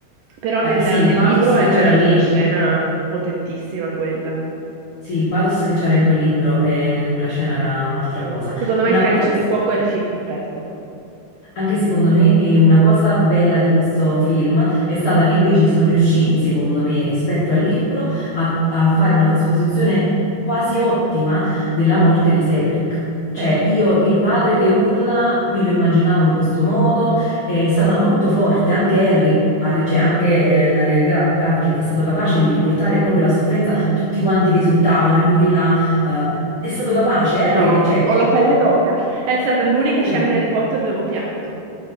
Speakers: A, on the right; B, on the left.
A: Però nel,
B: Eh, sì, il
A: nel
B: pathos
A: libro
B: che
A: è veramente
B: c'era lì,
A: una scena potentissima quella.
B: sì, il pathos che c'era in quel libro e in in quella scena era un'altra cosa.
A: Secondo
B: Una
A: me Il Calice
B: cosa che,
A: di
B: se-
A: Fuoco è il film più bello,
B: Anche secondo me,
A: il
B: e
A: libro.
B: una cosa bella di questo film è stata che invece sono riusciti, secondo me, rispetto al libro, a, a fare una trasposizione quasi ottima della morte di Cedric. Cioè,
A: Eh,
B: io il padre che urla me lo immaginavo in questo modo, è stata molto forte, anche Harry, Harry- cioè anche eh, Daniel Gra- Radcliffe è stato capace di riportare proprio la sofferenza, tutti quanti che esultavano, e lui là, eh, è stato capace, Harry,
A: no,
B: eh, cioè,
A: ho la pelle d'oca. È stata l'unica
B: sì.
A: scena di Harry Potter dove ho pianto.